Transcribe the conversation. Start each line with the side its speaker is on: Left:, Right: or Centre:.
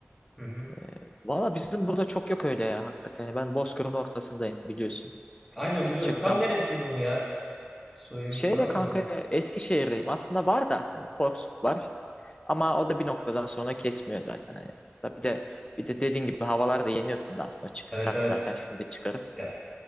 Centre: Hı hı.
Left: Ee, valla bizim burada çok yok öyle ya hakikaten. Yani Ben Bozkır'ın ortasındayım biliyorsun.
Centre: Aynen
Left: Hani
Centre: biliyordum.
Left: çıksam
Centre: Tam neresiydi onu ya? Söylemiştin
Left: Şeyde
Centre: ama
Left: kanka
Centre: önceden.
Left: Eskişehir'deyim. Aslında var da hani porsuk var. Ama o da bir noktadan sonra kesmiyor zaten. Hani da bir de bir de dediğin gibi havalar da yeni ısındı aslında. Çıksak
Centre: Evet evet.
Left: zaten şimdi çıkarız.
Centre: Ya